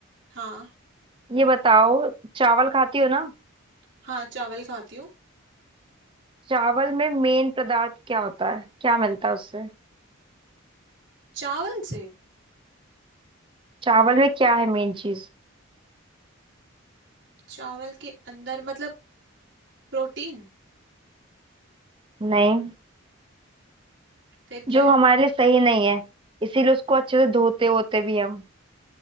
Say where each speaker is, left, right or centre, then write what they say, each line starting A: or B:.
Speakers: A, on the right (about 55°); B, on the right (about 25°).
A: हाँ
B: ये बताओ चावल खाती हो ना
A: हाँ चावल खाती हूँ
B: चावल में मेन पदार्थ क्या होता है क्या मिलता है उससे
A: चावल से
B: चावल में क्या है मेन चीज
A: चावल के अंदर मतलब प्रोटीन
B: नहीं
A: फिर क्या
B: जो
A: है
B: हमारे लिए सही नहीं है इसीलिए उसको अच्छे से धोते होते भी हम